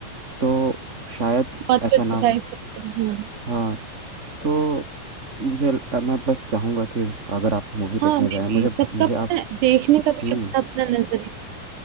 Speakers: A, on the right; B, on the right.
A: तो शायद
B: बहुत
A: ऐसा
B: क्रिटिसाइज
A: ना हो
B: करते हैं हाँ
A: हाँ तो मुझे अ, मैं बस चाहूँगा कि अगर आप मूवी देखने
B: हाँ मे
A: जाएं मुझे
B: भी सबका
A: मुझे
B: पता
A: आप
B: है देखने का भी
A: हम्म
B: अपना अपना नजरिया